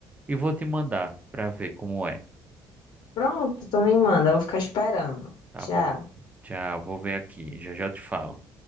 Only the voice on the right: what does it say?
e vou te mandar para ver como é.
Tá
bom. Tchau, vou ver aqui. Já já te falo.